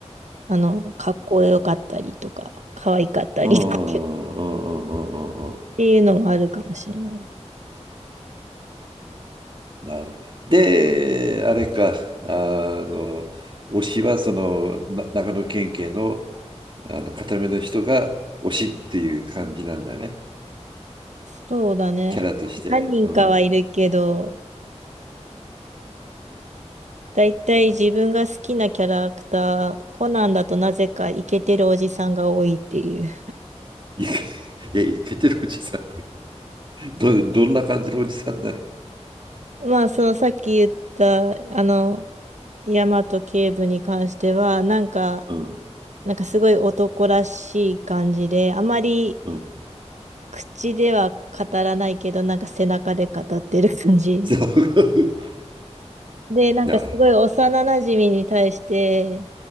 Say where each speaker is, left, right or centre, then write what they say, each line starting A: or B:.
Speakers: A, on the right; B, on the right.
A: あの、かっこよかったりとか、可愛かったりとか
B: うんうんうんうんうんうんうんうん。
A: <laughs> っていうのもあるかもしれない。
B: なる。で、あれか、あの、推しはそのな長野県警の、あの固めの人が推しっていう感じなんだね、
A: そうだね。
B: キャラとして。
A: 何人かはいるけど、
B: うん。
A: だいたい自分が好きなキャラクター、コナンだとなぜかイケてるおじさんが多いっていう。
B: いけ、いや、いけてるおじさん。ど、どんな感じのおじさんなの
A: まあ、そのさっき言った、あの、大和警部に関しては、なんか、
B: うん、
A: なんかすごい男らしい感じで、あまり
B: うん。
A: 口では語らないけど、なんか背中で語ってる感じ。
B: そう。<laughs> い
A: で、なんかすごい幼馴染に対して、
B: や、